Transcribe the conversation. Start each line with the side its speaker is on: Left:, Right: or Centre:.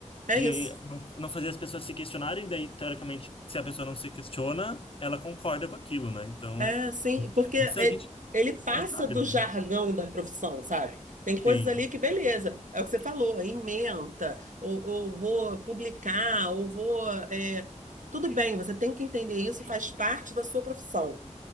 Right: é
Left: de
Right: isso.
Left: não não fazer as pessoas se questionarem, daí, teoricamente, se a pessoa não se questiona, ela concorda com aquilo, né? Então,
Right: É, sim, porque é-
Left: isso a gente
Right: ele passa
Left: é, sabe,
Right: do
Left: né?
Right: jargão da profissão, sabe? Tem coisas
Left: Sim,
Right: ali que, beleza, é o que você falou, é ementa, ou, ou vou publicar, ou vou. é, Tudo bem, você tem que entender isso, faz parte da sua profissão.